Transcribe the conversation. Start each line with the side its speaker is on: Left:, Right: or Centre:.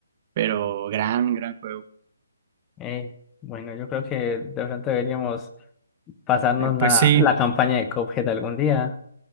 Right: pero gran, gran juego.
Left: Eh, bueno, yo creo que de pronto deberíamos pasarnos
Right: Eh, pues
Left: la,
Right: sí.
Left: la campaña de Cuphead algún día.